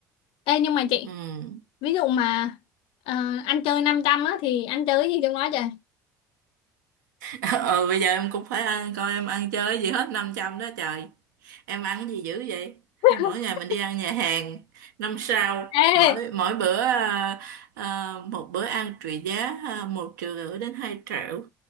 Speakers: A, on the left (about 60°); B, on the right (about 75°).
A: Ê, nhưng mà chị
B: ừ
A: ví dụ mà ờ, anh chơi 500 á thì anh chơi cái gì trong đó chị
B: ờ bây giờ em cũng phải ăn coi em ăn chơi cái gì hết 500 đó trời em ăn cái gì dữ vậy hay
A: <laughs>
B: mỗi ngày mình đi ăn nhà hàng năm sao
A: ê, ê,
B: mỗi mỗi bữa à, à, một bữa ăn trị giá à, một triệu rưỡi đến hai triệu